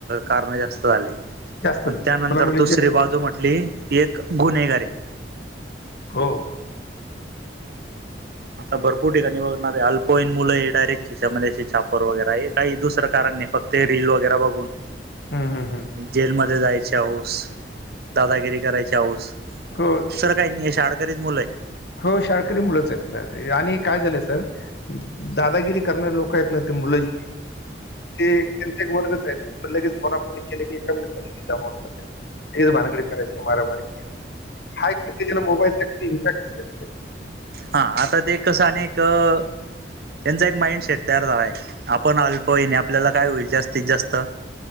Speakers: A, on the right (about 60°); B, on the left (about 65°).
A: कारणं जास्त झाले.
B: जास्त झालं
A: अन् त्यानंतर
B: मुला मुलींच्या
A: दुसरी बाजू म्हटली ती एक गुन्हेगारी.
B: हो!
A: आता भरपूर ठिकाणी बघणारे अल्पवयीन मुलं हे डायरेक्ट खिशामध्ये असे चापर वगैरा आहे काही दुसरं कारण नाही फक ते रील वगैरा बघून
B: हं, हं, हं.
A: जेलमध्ये जायची हौस, दादागिरी करायची हौस.
B: हो!
A: दुसरं काही नाही हे शाळकरीच मुलं आहेत.
B: हो शाळकरी मुलंच आहेत ना ते आणि काय झालंय सर दादागिरी करणारे लोक आहेत ना ते मुलं जी ते त्यांचा एक वर्गच आहे त्या लगेच फोना फोनी केले की एका मिनिटात <unintelligible> फेर भानगडी करायची मारामारी करायच्या हा एक फक्त ज्याला मोबाईल सक्ती इम्पॅक्ट <inaudible>
A: हा आता ते कसं अनेक त्यांचा एक माइंडसेट तयार झाला आहे. आपण अल्पवयीन हे आपल्याला काय होईल जास्तीत जास्त?